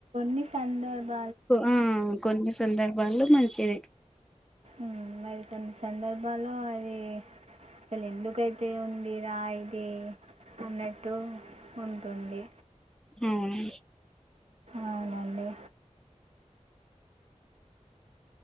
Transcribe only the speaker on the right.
మీకందర్ <unintelligible>
ఉమ్ మరి కొన్ని సందర్ బాలో ఐ ఇ అసలు ఎందుకైతే ఉంది రా ఇది అన్నట్టు ఉంటుంది
అవునండి